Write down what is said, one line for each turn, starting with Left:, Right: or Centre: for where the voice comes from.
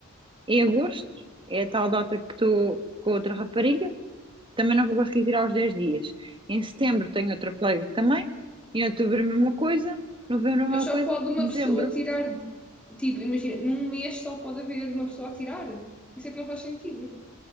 Right: Em agosto é a tal data que estou com outra rapariga, também não vou conseguir tirar os 10 dias. Em setembro tenho outra colega que também, em outubro a mesma coisa, novembro a
Centre: Mas
Right: mesma
Centre: só
Right: coisa,
Centre: pode uma
Right: dezembro.
Centre: pessoa tirar. Tipo, imagina, num mês só pode haver uma pessoa a tirar. Isso é que não faz sentido.